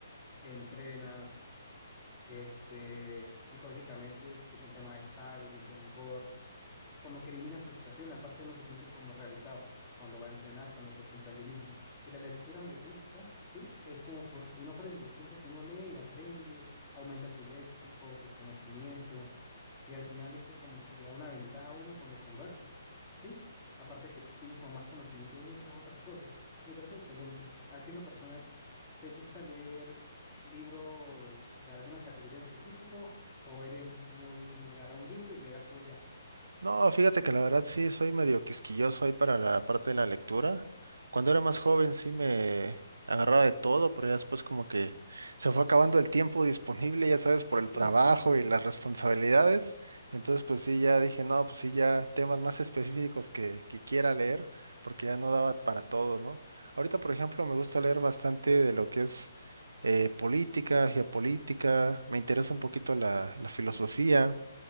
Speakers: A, in the centre; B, on the right.
A: entrena, este, psicológicamente se siente más estable, se siente mejor. como que elimina frustración, aparte uno se siente como realizado cuando va a entrenar, cuando se cumple a sí mismo. Y la lectura me gusta, sí, es como porque uno aprende, siento que uno lee y aprende, aumenta su léxico, su conocimiento, y al final eso como que le da una ventaja a uno cuando conversa, sí, aparte que tiene como más conocimiento de muchas otras cosas. Me parece excelente. A ti en lo personal, ¿te gusta leer libros de alguna categoría en específico o eres muy de agarrar un libro y leerlo y ya?
B: No, fíjate que la verdad sí soy medio quisquilloso ahí para la parte de la lectura. Cuando era más joven sí me agarraba de todo, pero ya después como que se fue acabando el tiempo disponible, ya sabes, por el trabajo
A: <laughs>
B: y las responsabilidades. Entonces pues sí, ya dije, no, pues sí, ya temas más específicos que, que quiera leer, porque ya no daba para todo, ¿no? Ahorita, por ejemplo, me gusta leer bastante de lo que es eh, política, geopolítica, me interesa un poquito la la filosofía.